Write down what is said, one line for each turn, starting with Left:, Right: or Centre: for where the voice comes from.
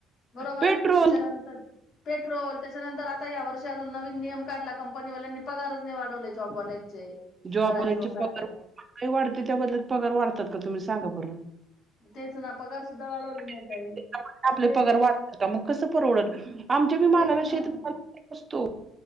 Left: बरोबर
Right: पेट्रोल
Left: त्याच्यानंतर पेट्रोल त्याच्यानंतर आता या वर्षी अजून नवीन नियम काढला कंपनीवाल्यांनी पगारच नाही वाढवले जॉबवाल्यांचे
Right: जॉबवाल्यांचे
Left: बऱ्याच लोकांना
Right: पगार महागाई वाढते त्याबद्दल्यात पगार वाढतात का तुम्ही सांगा बर
Left: तेच ना पगार सुद्धा वाढवले नाही
Right: की
Left: ताई म्हणजे
Right: त्याच्यामध्ये आपले पगार वाढतात का मग कसं परवडल आमच्या बी मालाला
Left: तेच ना
Right: शेत
Left: मग
Right: भाव नसतो